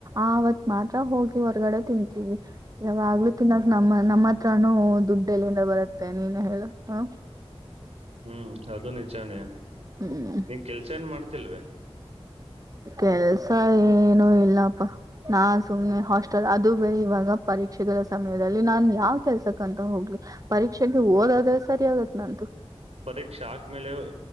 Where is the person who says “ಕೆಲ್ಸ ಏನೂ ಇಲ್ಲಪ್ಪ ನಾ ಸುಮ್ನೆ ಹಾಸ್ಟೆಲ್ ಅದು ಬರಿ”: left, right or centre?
Right